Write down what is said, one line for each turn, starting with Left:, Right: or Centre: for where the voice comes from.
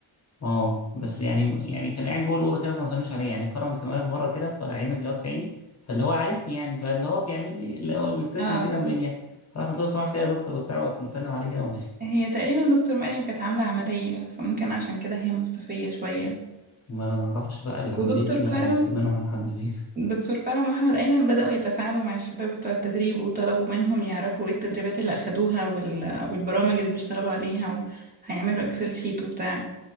Left: اه بس يعني يعني كان قاعد جوه الاوضه كده فما سلمش عليا يعني كرم كان واقف بره كده فعينه جت في عيني فاللي هو عارفني يعني فاللي هو بيعمل لي اللي هو بيبتسم
Right: اه
Left: كده وميديا راح قلت له صباح الخير يا دكتور وبتاع وقت مسلم عليه كده وماشي
Right: هي تقريبا دكتور مريم كانت عاملة عملية فممكن عشان كده هي مختفية شوية
Left: ما انا ما اعرفش بقى العمليه
Right: ودكتور
Left: دي ما
Right: كرم
Left: المستلمه من لحد فين <laughs>
Right: دكتور كرم واحمد ايمن بدأوا يتفاعلوا مع الشباب بتوع التدريب وطلبوا منهم يعرفوا ايه التدريبات اللي اخدوها وال... والبرامج اللي بيشتغلوا عليها وهيعملوا اكسل شيت وبتاع